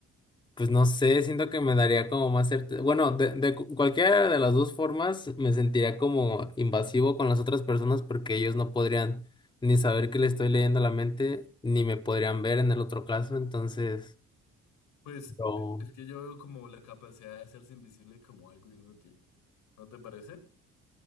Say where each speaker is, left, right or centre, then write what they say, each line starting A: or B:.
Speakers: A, on the left; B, on the left.
A: Pues no sé, siento que me daría como más certeza. Bueno, de, de cu- cualquiera de las dos formas me sentiría como invasivo con las otras personas porque ellos no podrían ni saber que le estoy leyendo la mente, ni me podrían ver en el otro caso. Entonces,
B: pues,
A: yo,
B: eh, es que yo veo como la capacidad de hacerse invisible como algo inútil. ¿No te parece?